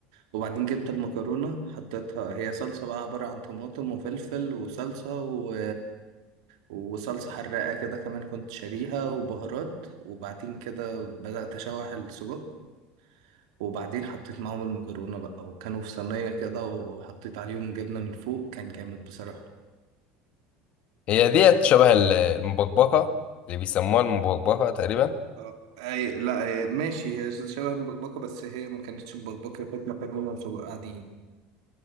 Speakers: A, on the right; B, on the left.
A: وبعدين جبت المكرونة حطيتها هي صلصة بقى عبارة عن طماطم وفلفل وصلصة و... وصلصة حراقة كده كمان كنت شاريها وبهارات وبعدين كده بدأت أشوح السجق وبعدين حطيت معاهم المكرونة بقى وكانوا في صينية كده وحطيت عليهم جبنة من فوق كان جامد بصراحة
B: هي ديت شبه ال- المبكبكة اللي بيسموها المبكبكة تقريبا
A: آه، اي لا أي ماشي هي شبه المبكبكه بس هي ما كانتش مبكبكه كانت مكرونه وسجق عاديين